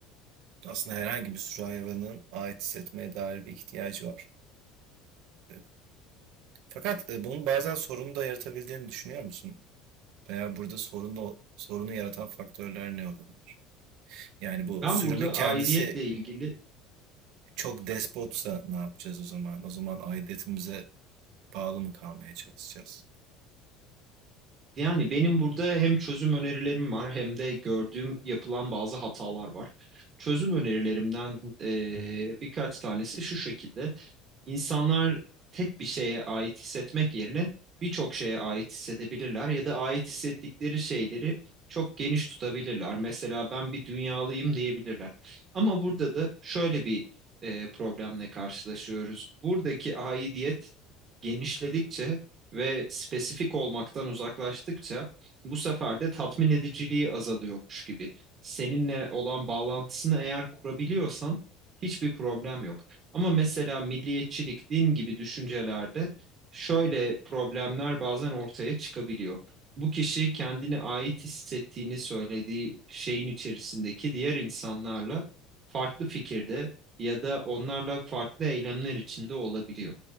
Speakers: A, on the right; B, on the right.
A: aslında herhangi bir sürü hayvanın ait hissetmeye dair bir ihtiyacı var. Ee, Fakat e, bunun bazen sorunu da yaratabildiğini düşünüyor musun? Veya burada sorunu sorunu yaratan faktörler ne olabilir? Yani bu
B: Ben
A: sürünün
B: burada
A: kendisi
B: aidiyetle ilgili
A: çok despotsa ne yapacağız o zaman? O zaman aidiyetimize bağlı mı kalmaya çalışacağız?
B: yani benim burada hem çözüm önerilerim var hem de gördüğüm yapılan bazı hatalar var. Çözüm önerilerimden eee, birkaç tanesi şu şekilde. İnsanlar tek bir şeye ait hissetmek yerine birçok şeye ait hissedebilirler ya da ait hissettikleri şeyleri çok geniş tutabilirler. Mesela ben bir dünyalıyım diyebilirler. Ama burada da şöyle bir e, problemle karşılaşıyoruz. Buradaki aidiyet genişledikçe ve spesifik olmaktan uzaklaştıkça bu sefer de tatmin ediciliği azalıyormuş gibi. Seninle olan bağlantısını eğer kurabiliyorsan hiçbir problem yok. Ama mesela milliyetçilik, din gibi düşüncelerde şöyle problemler bazen ortaya çıkabiliyor. Bu kişi kendini ait hissettiğini söylediği şeyin içerisindeki diğer insanlarla farklı fikirde ya da onlarla farklı eylemler içinde olabiliyor.